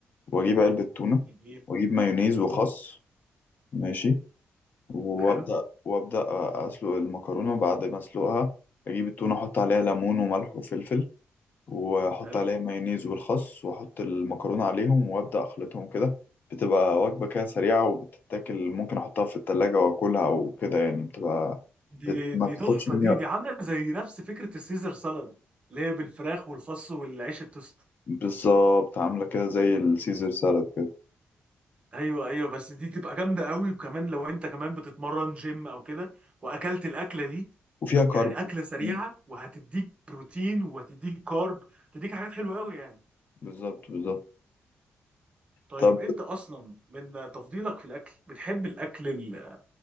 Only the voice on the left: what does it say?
واجيب علبه تونه
واجيب مايونيز
وخس ماشي وابدا
وابدا اسلق المكرونه بعد ما اسلقها اجيب التونه احط عليها ليمون وملح وفلفل واحط
عليها مايونيز والخس واحط المكرونه عليهم وابدا اخلطهم كده بتبقى وجبه كده سريعه وبتتاكل ممكن احطها في التلاجة واكلها او كده يعني بتبقى
بت... ما
بتاخدش
مني
بالظبط عاملة كده زي السيزر سالاد كده
وفيها
كارب
وبروتين.
بالظبط بالظبط
طب